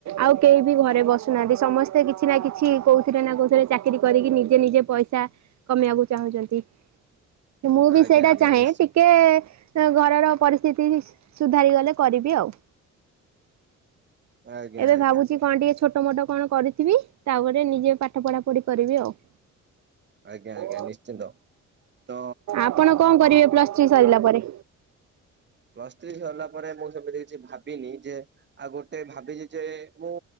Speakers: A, on the right (about 65°); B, on the right (about 35°).
A: ଆଉ କେହି ବି ଘରେ ବସୁନାହାନ୍ତି, ସମସ୍ତେ କିଛି ନା କିଛି କୋଉଥିରେ ନା କୋଉଥିରେ ଚାକିରି କରିକି ନିଜେ ନିଜେ ପଇସା କମେଇବାକୁ ଚାହୁଁଚନ୍ତି।
B: <inaudible>
A: ଯେ ମୁଁ ବି ସେଇଟା
B: ଆଜ୍ଞା
A: ଚାହେଁ
B: ନିଶ୍ଚିନ୍ତ
A: ଟିକେ ତ ଘରର ପରିସ୍ଥିତି ବି- ସୁଧାରିଗଲେ କରିବି ଆଉ।
B: ଆଜ୍ଞା
A: ଏବେ
B: ଆଜ୍ଞା
A: ଭାବୁଛି କଣ ଟିକେ ଛୋଟ ମୋଟ କଣ କରିଥିବି। ତାପରେ ନିଜେ ପାଠ ପଢା ପଢି କରିବି ଆଉ।
B: ଆଜ୍ଞା ଆଜ୍ଞା
A: ଆଉ
B: ନିଶ୍ଚିନ୍ତ। ତ
A: ଆପଣ କଣ କରିବେ ପ୍ଲସ୍ ଥ୍ରୀ ସରିଲା ପରେ?
B: ପ୍ଲସ୍ ଥ୍ରୀ ସରିଲା ପରେ ମୁଁ ସେମିତି କିଛି ଭାବିନି ଯେ ଆଗ ତେ ଭାବିଚି ଯେ ମୁଁ